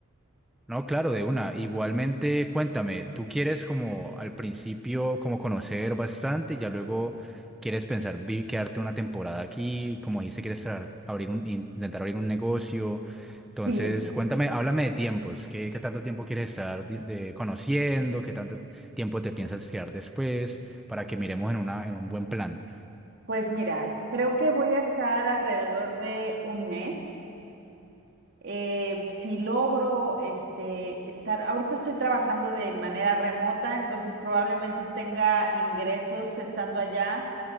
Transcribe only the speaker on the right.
Sí.
Pues mira, creo que voy a estar alrededor de un mes. Eh, si logro este, estar, ahorita estoy trabajando de manera remota, entonces probablemente tenga ingresos estando allá,